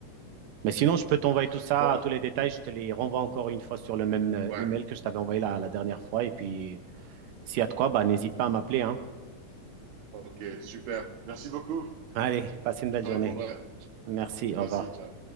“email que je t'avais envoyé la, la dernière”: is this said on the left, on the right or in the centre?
Right